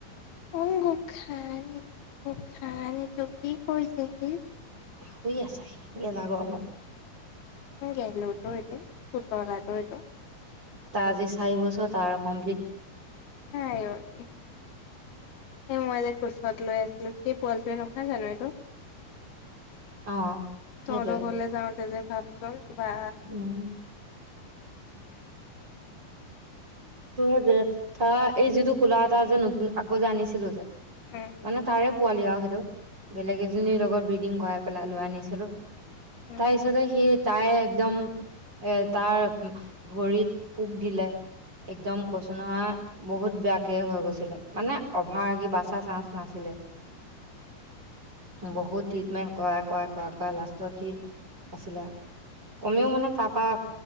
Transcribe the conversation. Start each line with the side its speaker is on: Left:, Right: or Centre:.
Left: অ গোসাঁই গোসাইটো কি কৰিছে সি?
Right: শুই আছে সি গেলা গফ
Left: কোন গেল ত এইটো হোৱা নাইতো এইতো
Right: তা আজি চাৰি বচ অ তাৰ কমপ্লিট
Left: আই অ' দেহি। এই মই যে কোচত লৈ আছিলো সেই পোৱালিটোৱে নহয় জানো এইটো
Right: অ'। সেইটোৱে
Left: তহঁতৰ ঘৰলে যাওঁতে যে তাৰপিছত বা
Right: উম, হয় দে ধ এই যিটো কোলা এটা যে নতুন আকৌ যে আনিছিলো যে
Left: উম
Right: মানে তাৰে পোৱালি আৰু সেইটো বেলেগ এজনীৰ লগত বিডিং কৰাই পেলাই লৈ আনিছিলো
Left: উম।
Right: তাৰ পিছতে সি তাই একদম এ তাৰ ভৰিত পোক দিলে একদম কৈছো নহয় বহুত বেয়াকে হৈ গৈছিলে মানে অভাৰ সি বাচা চান্স নাছিলে বহুত ট্ৰিটমেন্ট কৰা কৰা কৰা কৰা লাষ্টত সি আছিলে কমেও মানে তাৰ পৰা